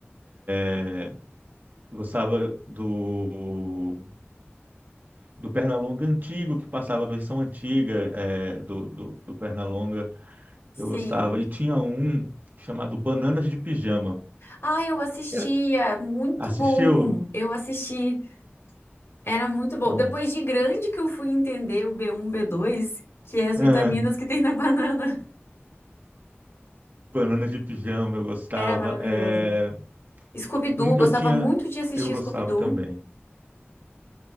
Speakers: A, on the right (about 45°); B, on the left (about 75°).
A: É, Gostava do, do Pernalonga antigo, que passava a versão antiga é, do, do, do Pernalonga.
B: Sim.
A: Eu gostava. E tinha um chamado Bananas de Pijama.
B: Ah, eu assistia.
A: Era-
B: Muito
A: Assistiu?
B: bom. Eu assisti. Era muito bom.
A: Pronto.
B: Depois de grande que eu fui entender o b um, b dois, que é as
A: Aham.
B: vitaminas que tem na <laughs> banana.
A: Bananas de Pijama, eu gostava.
B: Era maravilhoso.
A: É,
B: Scooby-Doo,
A: um que
B: gostava
A: eu tinha,
B: muito de assistir
A: eu gostava
B: Scooby-Doo.
A: também.